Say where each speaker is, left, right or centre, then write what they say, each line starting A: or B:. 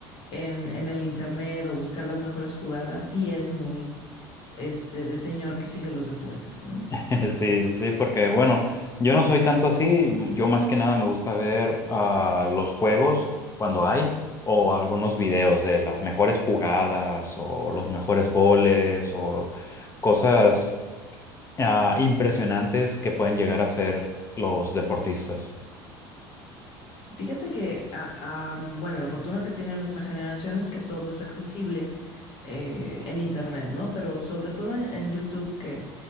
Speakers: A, on the left (about 50°); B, on the left (about 25°).
A: en, en el internet o buscar las mejores jugadas sí es muy, este, de señor que sigue los deportes, ¿no?
B: <laughs> Sí, sí, porque bueno, yo no soy tanto así, yo más que nada me gusta ver ah, los juegos cuando hay o algunos videos de las mejores jugadas o los mejores goles o cosas ah, impresionantes que pueden llegar a ser los deportistas.
A: Fíjate que, a- am, bueno, la fortuna que tiene nuestra generación es que todo es accesible eh, en Internet, ¿no? Pero sobre todo en, en YouTube, que